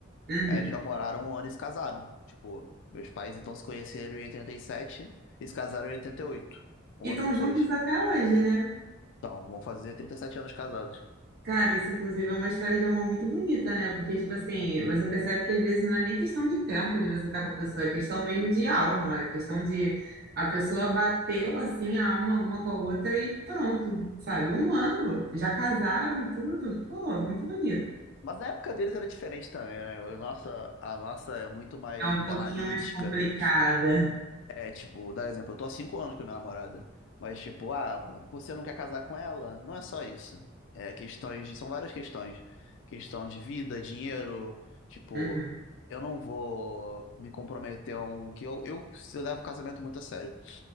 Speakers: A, on the right; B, on the left.
A: Uhum.
B: Aí eles já moraram um ano e se casaram. Tipo, meus pais então se conheceram em 87 e sete e se casaram em 88, um
A: E
B: ano
A: estão
B: depois.
A: juntos até hoje, né?
B: Então, vão fazer 37 anos casados.
A: Cara, isso inclusive é uma história de amor muito bonita, né? Porque, tipo assim, você percebe que às vezes não é nem questão de tempo de você estar com a pessoa, é questão mesmo de alma, é questão de a pessoa bateu assim a alma uma com a outra e pronto, sabe? Um ano, já casaram e tudo. Pô, muito bonito.
B: Mas a época deles era diferente também, né? A nossa, a nossa é muito mais
A: É um pouquinho
B: analítica.
A: mais complicada.
B: É tipo, dar exemplo, eu tô há cinco anos com a minha namorada, mas tipo, ah, você não quer casar com ela? Não é só isso. É questões, de- são várias questões. Questão de vida, dinheiro, tipo,
A: Uhum.
B: eu não vou me comprometer a um que eu, eu, eu levo o casamento muito a sério.